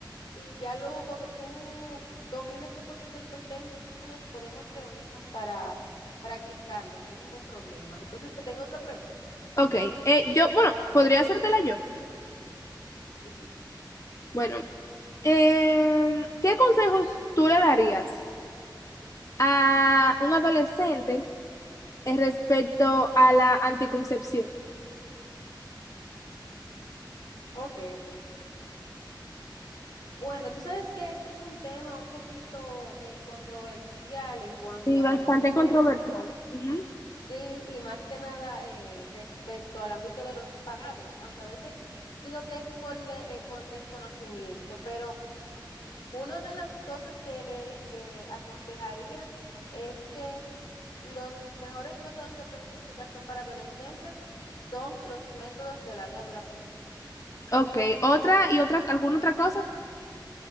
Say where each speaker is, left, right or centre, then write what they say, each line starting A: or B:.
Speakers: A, on the left; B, on the left.
A: y ya luego cuando tú domines un poquito estos términos, podemos reunirnos para practicarlo, no hay ningún problema. Entonces, te tengo otra pregunta.
B: Ok, eh, yo, bueno, podría hacértela yo.
A: Sí, sí.
B: Bueno, em, ¿qué consejos tú le darías a un adolescente eh, respecto a la anticoncepción?
A: Ok, ok. Bueno, tú sabes que esto es un tema un poquito eh, controversial en cuanto
B: Sí,
A: a
B: bastante
A: la adolescencia.
B: controversial. Ujú.
A: Sí, y más que nada eh, respecto al ámbito de los padres, aunque a veces digo que es por, de- eh, por desconocimiento, pero una de las cosas que le, le aconsejaría es que los mejores métodos de planificación para adolescentes son los métodos de larga duración.
B: Ok, otra y otra, ¿alguna otra cosa?